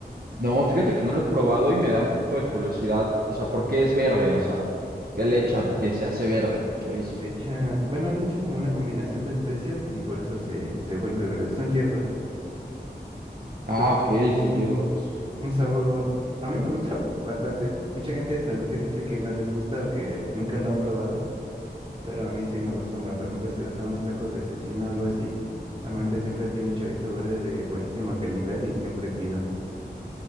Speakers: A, on the right; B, on the right.
A: No, fíjate que no lo he probado y me da un poquito de curiosidad. O sea, ¿por qué es verde? O sea, ¿qué
B: Eh,
A: le echan que se hace verde el chorizo?
B: le echan, bueno, le echan como una combinación de especias y por eso se, se vuelve verde. Son hierbas.
A: Ah,
B: pero
A: ok,
B: tiene un,
A: son hierbas.
B: un sabor. A mí me gusta <laughs> bastante. Mucha gente de Toluca dice que no les gusta o que nunca lo han probado, pero a mí sí me gusta un buen. Por ejemplo, si vas a unos tacos de cecina o algo así, normalmente siempre tienen chorizo verde de buenísima calidad y siempre pido.